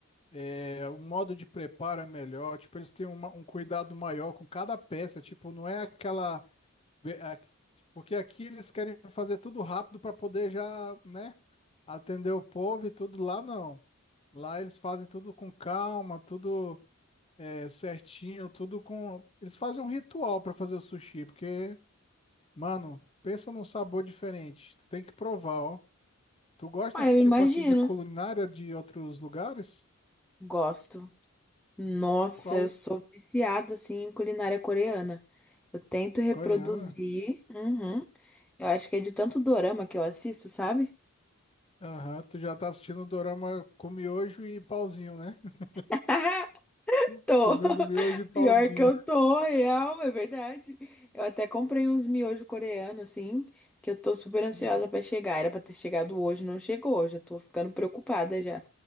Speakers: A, on the left (about 25°); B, in the centre.
A: É, o modo de preparo é melhor. Tipo, eles têm uma- um cuidado maior com cada peça. Tipo, não é aquela. Vê, a- Porque aqui eles querem fazer tudo rápido para poder já, né, atender o povo e tudo. Lá não. Lá eles fazem tudo com calma, tudo é, certinho, tudo com. Eles fazem um ritual para fazer o sushi, porque, mano, pensa num sabor diferente. Tu tem que provar, ó. Tu gosta
B: Ah,
A: desse
B: eu
A: tipo
B: imagino.
A: assim de culinária de outros lugares?
B: Gosto. Nossa,
A: Qual?
B: eu sou viciada assim em culinária coreana. Eu tento reproduzir.
A: Coreana?
B: Uhum. Eu acho que é de tanto dorama que eu assisto, sabe?
A: Aham, tu já tá assistindo o dorama com miojo e pauzinho, né? <laughs>
B: <laughs>
A: Co-
B: Tô.
A: Comendo miojo
B: <laughs>
A: e pauzinho.
B: Pior que eu tô, real, é verdade. Eu até comprei uns miojo coreano, assim, que eu tô super ansiosa
A: <laughs>
B: pra chegar. Era pra ter chegado hoje, não chegou. Já tô ficando preocupada já.